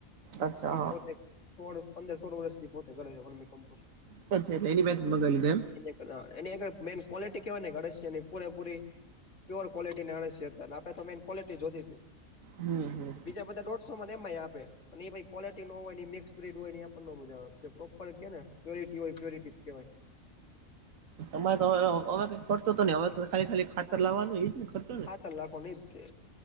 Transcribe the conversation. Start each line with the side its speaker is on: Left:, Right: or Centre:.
Right: અચ્છા હા
Left: પોતે. સોળ પંદર સોળ વર્ષથી પોતે કરે છે પરમી કમપુર.
Right: એટ એની બે મંગલીને.
Left: ની મેન ક્વોલિટી કેવાય ને ગશિયાની પૂરેપૂરી પ્યોર. લિટી ના આડસીજાર આપે તો મેન ક્વોલિટી જોતી
Right: હમ હમ
Left: બીજા બધા ડોટ મને એમ આપે એ ક્વલિટી નો હોય મિક્સ બડ હોય મજા આવે પ્રોપર કે ને પ્યોરિટી હોય પ્યોરિટી કેવાય
Right: તમારે તોવે કઈ ખર્ચો તો ન અવે તો ખાલી ખાલી ખાતર લાવાનું જ ને ખચ
Left: હા તલા કોને તે